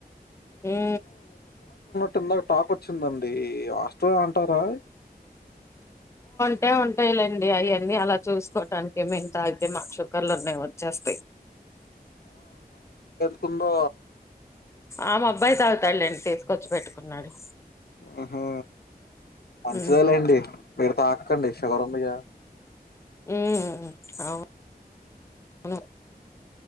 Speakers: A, on the left; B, on the left.
A: ఊ
B: టుందని టాక్ వచ్చిందండి. ఈ వాస్తవమే అంటారా?
A: అంటే ఉంటాయిలేండి అవి అన్నీ అలా చూసుకోవటానికె మేము తాగితే మాకు షుక్కర్ లున్నై వచ్చేస్తాయి.
B: కుందొ
A: ఆ మా అబ్బాయి తాగుతాడులేండి తీసుకొచ్చి పెట్టుకున్నాడు.
B: ఉహు అంతే
A: ఉమ్
B: లేండి మీరు తాక్కండి షుగర్ ఉన్ దిగా
A: ఉం అవును